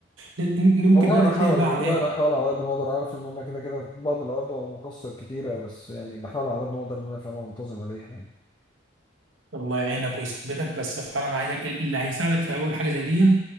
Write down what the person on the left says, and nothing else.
والله
بحاول
والله
بحاول على قد ما اقدر عارف ان انا كده كده في بعض الاوقات ببقى مقصر كتيره بس يعني بحاول على قد ما اقدر ان انا فعلا انتظم عليها يعني